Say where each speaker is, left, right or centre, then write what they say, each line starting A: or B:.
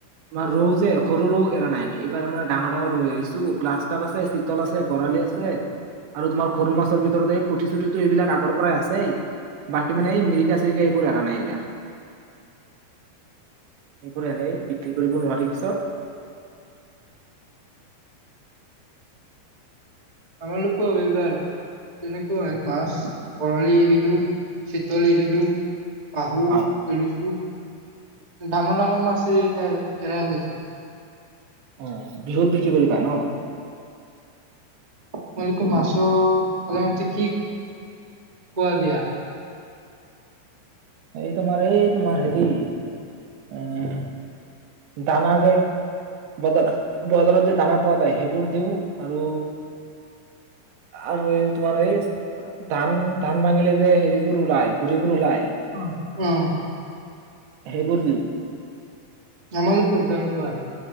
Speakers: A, on the right; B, on the right.
A: তোমাৰ ৰৌ যে সৰু ৰৌ এৰা নাই আমি। এইবাৰ মানে ডাঙৰ -ডাঙৰ ৰৌ এৰিছো গ্লাছ কাপ আছে, চিতল আছে, বৰালি আছে আৰু তোমাৰ সৰু মাছৰ ভিতৰতে এই পুঠি চুঠিটো এইবিলাক আগৰ পৰাই আছেই। বাকী মানে এই মিৰিকা, চিৰিকা এইবোৰ এৰা নাই এইবাৰ। এইবোৰ এনেই বিক্ৰী কৰিব নোৱাৰি পিছত
B: আমালোকো এইবাৰ তেনেকুৱাই মাছ বৰালি এৰিলো চিতল এৰিলো। আহু
A: হয়
B: এৰিছো। ডাঙৰ ডাঙৰ মাছেই এইবাৰ এৰা হৈছে
A: অ বিহুত বিক্ৰী কৰিবা ন
B: তোমালোকে মাছৰ সাধাৰণতে কি খোৱা দিয়া
A: এই তোমাৰ এই তোমাৰ হেৰি উম দানা যে বজাৰ বজাৰত যে দানা পোৱা যায় সেইবোৰ দিওঁ আৰু আৰু এই তোমাৰ এই ধান ধান ভাঙিলে যে হেৰিবোৰ ওলাই গুৰিবোৰ ওলাই <unintelligible>
B: উ <unintelligible>
A: সেইবোৰ দিওঁ
B: আমালোকৰ তেনেকুৱাই।